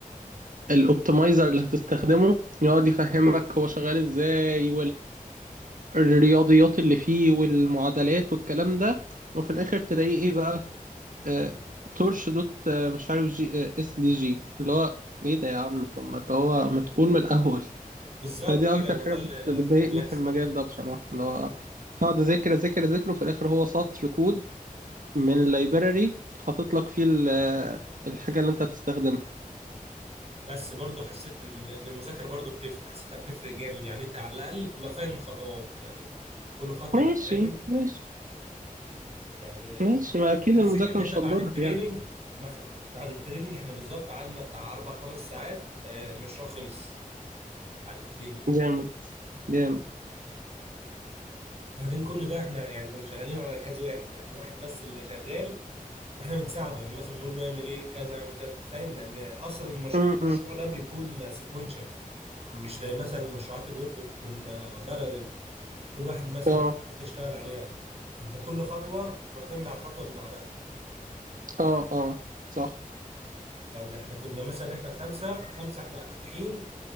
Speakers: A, on the right (about 65°); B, on the right (about 45°).
A: الاوبتمايزر اللي هتستخدمه يقعد يفهمك هو شغال ازاي والرياضيات اللي فيه والمعادلات والكلام ده وفي الاخر تلاقيه ايه بقى آه تورش دوت آه مش عارف جي آه اس دي جي اللي هو ايه ده يا عم طب ما اللي هو ما تقول من الاول
B: بالظبط
A: فدي
B: كده
A: اكتر
B: هو
A: حاجه
B: ده
A: بت-
B: اللي
A: بتضايقني
B: كان بيحصل
A: في المجال ده بصراحه اللي هو اقعد اذاكر اذاكر اذاكر وفي الاخر هو سطر كود من library حاطط لك فيه ال- آه، الحاجه اللي انت هتستخدمها
B: بس برضو حسيت ان إن المذاكره برضو بتفرق حسيتها بتفرق جامد يعني انت على الاقل بتبقى فاهم الخطوات يعني كل خطوه
A: ماشي
B: بتتعمل
A: ماشي
B: يعني
A: ماشي ما اكيد
B: حسيت
A: المذاكره
B: ان احنا
A: مش
B: بعد
A: هتضر
B: التريننج
A: يعني
B: مخ... بعد التريننج احنا بالظبط قعدنا بتاع اربع خمس ساعات آه، المشروع خلص بعد التريننج
A: جامد جامد
B: وبعدين كل ده احنا يعني كنا شغالين على جهاز واحد يعني واحد بس اللي شغال واحنا بنساعده يعني مثلا بنقول له اعمل ايه كذا اعمل كذا فاهم لان اصلا المش-
A: م-
B: المشروع
A: م.
B: ده بيكون سيكونشال مش زي مثلا مشروعات الويب بتكون آه، بارلل كل واحد مثلا
A: اه
B: ياخد حته يشتغل عليها انت كل خطوه معتمده على الخطوه اللي بعدها
A: اه اه صح
B: فاحنا كنا مثلا احنا خمسه خمسه احنا فاتحين